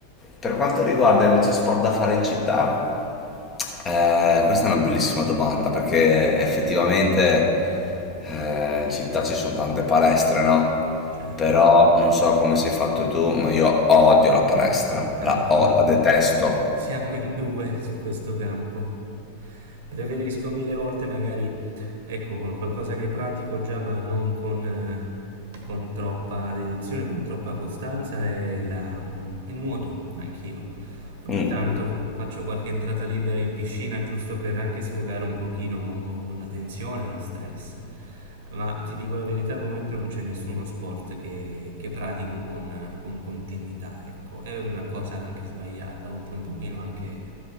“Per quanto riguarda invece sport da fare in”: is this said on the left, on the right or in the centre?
Left